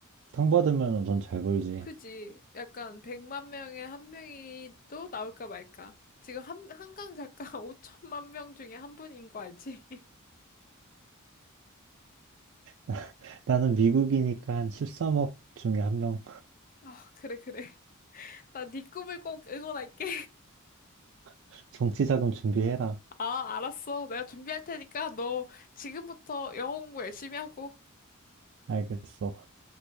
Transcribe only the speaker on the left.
그지? 약간 100만 명에 한 명이 또 나올까 말까. 지금 한, 한강 작가 <laughs> 5천만 명 중에 한 분인 거 알지? <laughs>
아, 그래, 그래. <laughs> 나 네 꿈을 꼭 응원할게.
<laughs> 아, 알았어. 내가 준비할 테니까 너 지금부터 영어 공부 열심히 하고.